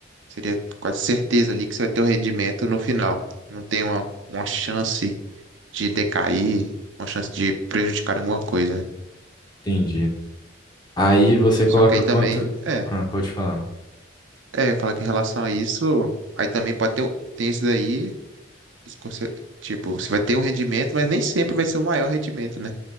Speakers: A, on the right; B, on the left.
A: seria quase certeza ali que você vai ter o rendimento no final. Não tem uma, uma chance de decair, uma chance de prejudicar alguma coisa.
B: entendi. Aí você
A: Só
B: coloca
A: que aí
B: quanto...
A: também, é,
B: Ah, pode falar.
A: é, fala que em relação a isso, aí também pode ter, o- tem isso daí, esse conser- tipo, você vai ter o rendimento, mas nem sempre vai ser o maior rendimento, né?